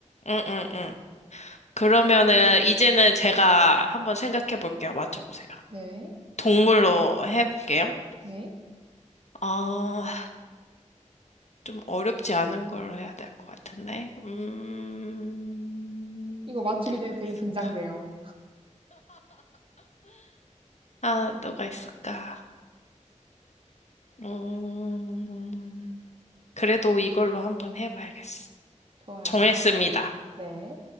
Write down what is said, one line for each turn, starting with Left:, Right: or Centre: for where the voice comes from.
Left: 응, 응, 응. 그러면은, 이제는 제가 한번 생각해 볼게요. 맞춰보세요.
Right: 네,
Left: 동물로 해볼게요.
Right: 네.
Left: 아, 좀 어렵지 않은 걸로 해야 될 것 같은데. 음,
Right: 이거 맞추기
Left: 누가
Right: 전에
Left: 있을까?
Right: 되게 긴장돼요.
Left: 아, 누가 있을까? 음, 그래도 이걸로 한번 해봐야겠어.
Right: 좋아요.
Left: 정했습니다.
Right: 네.